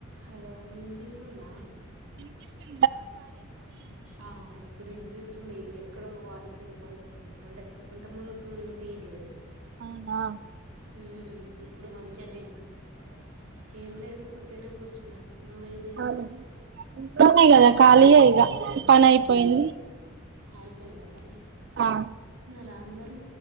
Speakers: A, on the right; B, on the right.
A: Hello వినిపిస్తుందా
B: వినిపిస్తద్
A: ఆ ఇప్పుడు వినిపిస్తుంది ఏవ ఇక్కడో వాయిస్ వినపడుస్తుంది అందుకే ఇంత ముందుకు వినిపియట్లేదు
B: అవునా
A: ఊ ఇప్పుడు మంచిగానే వినిపిస్తుంది ఏం లేదు ఉత్తనే కూర్చున్నా నువ్వేం చేస్తున్నావ్
B: అవును ఇంట్లోనే కదా కాలియే ఇగ పని అయిపోయింది
A: అయిపేందా పని
B: ఆ
A: రా అందరు